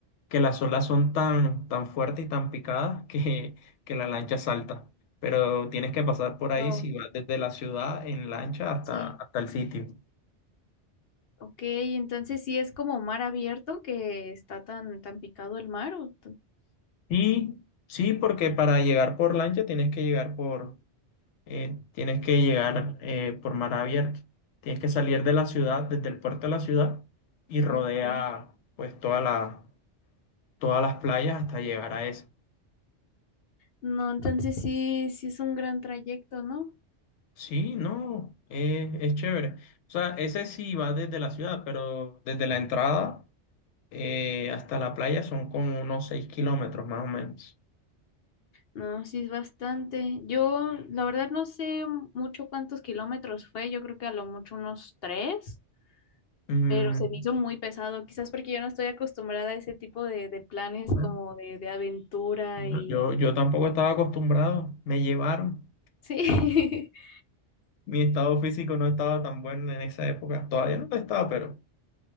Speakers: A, on the left; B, on the left.
A: que las olas son tan, tan fuertes y tan picadas que, que la lancha salta. Pero tienes que pasar por ahí
B: Wow,
A: si vas desde la ciudad en lancha hasta,
B: sí.
A: hasta el sitio.
B: Ok, entonces sí es como mar abierto que está tan, tan picado el mar. ¿o t-
A: Sí, sí, porque para llegar por lancha tienes que llegar por, eh, tienes que llegar eh, por mar abierto. Tienes que salir de la ciudad, desde el puerto de la ciudad, y rodea
B: ok.
A: pues toda la- todas las playas hasta llegar a esa.
B: No, entonces sí, sí es un gran trayecto, ¿no?
A: Sí, no, eh, es chévere. O sea, ese sí va desde la ciudad, pero desde la entrada eh, hasta la playa son como unos 6 kilómetros más o menos.
B: No, sí es bastante. Yo, la verdad, no sé mucho cuántos kilómetros fue. Yo creo que a lo mucho unos tres,
A: Mm,
B: pero se me hizo muy pesado, quizás porque yo no estoy acostumbrada a ese tipo de, de planes
A: bueno,
B: como de, de aventura
A: bueno,
B: y...
A: yo, yo tampoco estaba acostumbrado, me llevaron.
B: Sí. <laughs>
A: Mi estado físico no estaba tan bueno en esa época. Todavía no lo estaba, pero